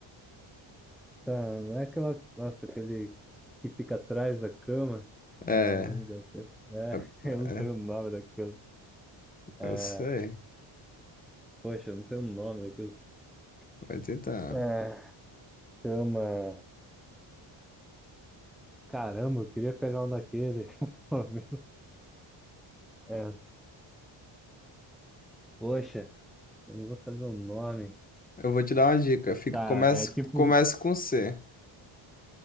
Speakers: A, in the centre; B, on the left.
A: Tá, não é aquela. Nossa, aquele que fica atrás da cama?
B: É,
A: Não, não deve ser.
B: é,
A: É, <laughs> eu não sei
B: é,
A: o nome daquilo. É,
B: eu sei.
A: poxa, eu não sei o nome daquilo.
B: Vai tentando.
A: É, cama. Caramba, eu queria pegar um daquele. <laughs> Eu Tô vendo. É, poxa, eu não vou saber o nome.
B: Eu vou te dar uma dica. Fica,
A: Tá,
B: começa,
A: é tipo
B: começa com C.